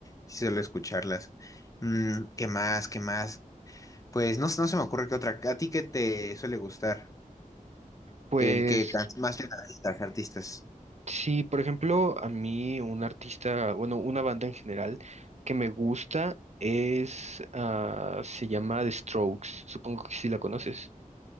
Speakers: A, on the left; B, on the right.
A: Sí suelo escucharlas. Mm, ¿qué más? ¿Qué más? Pues no, no se me ocurre que otra. ¿A ti qué te suele gustar?
B: pues
A: ¿Qué, qué can- más bien artistas, artistas?
B: sí, por ejemplo, a mí un artista, bueno, una banda en general que me gusta es, ah, se llama The Strokes, supongo que sí la conoces.